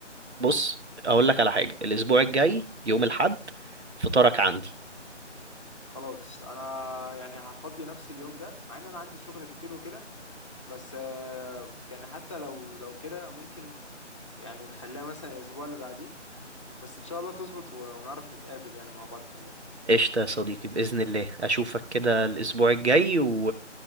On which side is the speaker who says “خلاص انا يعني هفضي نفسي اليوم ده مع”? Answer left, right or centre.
Left